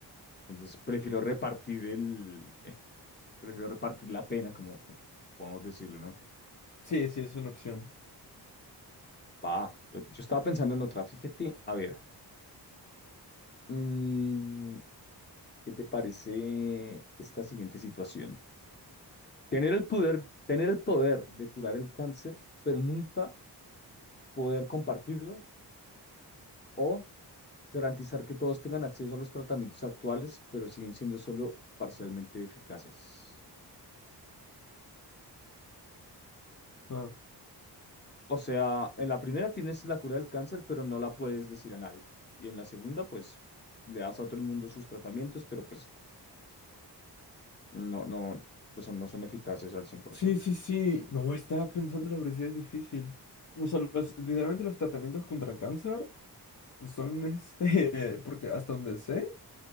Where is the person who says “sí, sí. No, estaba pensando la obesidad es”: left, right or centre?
Left